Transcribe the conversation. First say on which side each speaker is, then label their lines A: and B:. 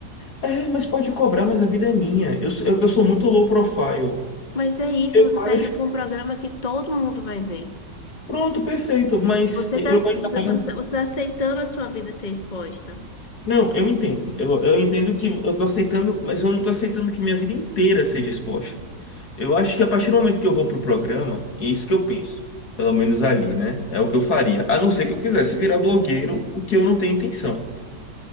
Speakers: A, on the left; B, on the left.
A: é, mas pode cobrar, mas a vida é minha. Eu, sou- eu, eu sou muito low profile.
B: Mas é isso,
A: Eu
B: você
A: acho.
B: tá indo para um programa que todo mundo vai ver.
A: Pronto, perfeito, mas
B: Você
A: eu
B: tá, você,
A: ainda.
B: você
A: né?
B: tá você tá aceitando a sua vida ser exposta.
A: Não, eu entendo. Eu, eu entendo que eu tô aceitando, mas eu não tô aceitando que minha vida inteira seja exposta. Eu acho que a partir do momento que eu vou pro programa, é isso que eu penso. Pelo menos ali, né? É o que eu faria. A não ser que eu quisesse virar blogueiro, o que eu não tenho intenção.